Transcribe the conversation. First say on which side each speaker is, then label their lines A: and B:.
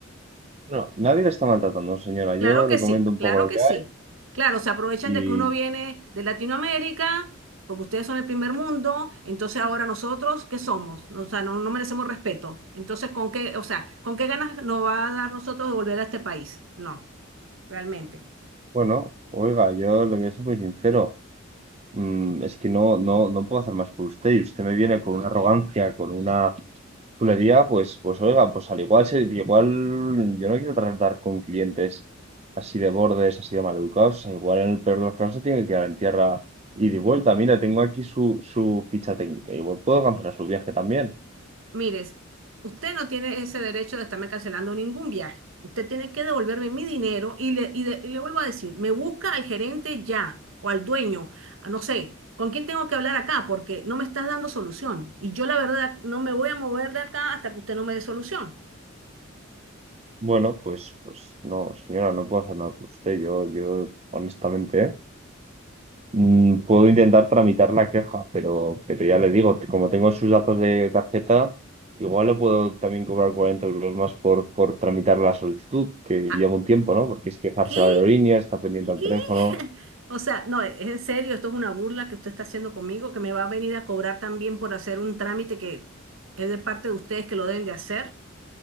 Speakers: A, on the right; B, on the right.
A: No, nadie le está maltratando, señora.
B: Claro
A: Yo
B: que
A: le
B: sí,
A: comento un
B: claro
A: poco lo
B: que
A: que
B: sí.
A: hay
B: Claro, se aprovechan
A: y,
B: de que uno viene de Latinoamérica, porque ustedes son el primer mundo, entonces ahora nosotros, ¿qué somos? O sea, no, no merecemos respeto. Entonces, ¿con qué, o sea, con qué ganas nos va a dar nosotros de volver a este país? No, realmente.
A: bueno, oiga, yo le voy a ser muy sincero. Mm, es que no, no, no puedo hacer más por usted y usted me viene con una arrogancia, con una chulería, pues, pues oiga, pues al igual, se- igual yo no quiero tratar con clientes así de bordes, así de maleducados. O sea, igual en el peor de los casos se tiene que quedar en tierra y de vuelta. Mira, tengo aquí su, su ficha técnica y puedo cancelar su viaje también.
B: Mire, usted no tiene ese derecho de estarme cancelando ningún viaje. Usted tiene que devolverme mi dinero y le, y de- y le vuelvo a decir, me busca al gerente ya o al dueño, a no sé, ¿con quién tengo que hablar acá? Porque no me estás dando solución. Y yo la verdad no me voy a mover de acá hasta que usted no me dé solución.
A: Bueno, pues, pues no, señora, no puedo hacer nada por usted. Yo, yo, honestamente, ¿eh? Mm, puedo intentar tramitar la queja, pero, pero ya le digo, t- como tengo sus datos de tarjeta, igual le puedo también cobrar 40 euros más por, por tramitar la solicitud, que
B: Ah,
A: lleva un tiempo, ¿no? Porque es quejarse
B: ¿qué?
A: a la aerolínea, está pendiente al
B: ¿Qué?
A: teléfono.
B: <laughs> O sea, no, es en serio, esto es una burla que usted está haciendo conmigo, que me va a venir a cobrar también por hacer un trámite que es de parte de ustedes que lo deben de hacer.